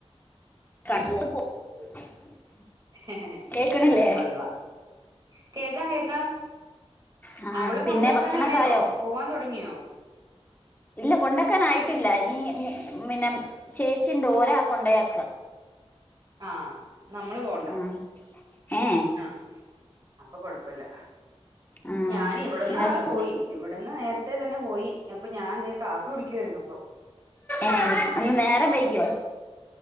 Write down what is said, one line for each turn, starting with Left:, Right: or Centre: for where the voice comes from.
Left: <unintelligible>
Right: <unintelligible>
Left: കേക്കണില്ലേ
Right: കൊള്ളാം കേക്കാം കേക്കാം
Left: ആ
Right: അവളെ കൊണ്ടാക്കാനായോ
Left: പിന്നെ ഭക്ഷണൊക്കെ ആയോ
Right: പോവാൻ തൊടങ്ങിയോ?
Left: ഇല്ല കൊണ്ടാക്കൻ ആയിട്ടില്ല. ഇഞ്ഞ് ഇഞ്ഞ് പിന്നെ, ചേച്ചിണ്ട് ഓരാ കൊണ്ടയാക്ക
Right: ആഹ് നമ്മള് പോണ്ട
Left: ആ ഏ
Right: ആഹ് അപ്പ കൊഴപ്പല്ല.
Left: ആ
Right: ഞാന് ഇവിട്ന്ന്
Left: ഇങ്ങക്ക്
Right: ആള് പോയി. ഇവിട്ന്ന് നേരത്തെ തന്നെ പോയി. അപ്പ ഞാൻ തെ കാപ്പി കുടിക്കുവായിരുന്നു ഇപ്പം.
Left: ഏഹ് ഇന്ന് നേരം വൈകിയോ?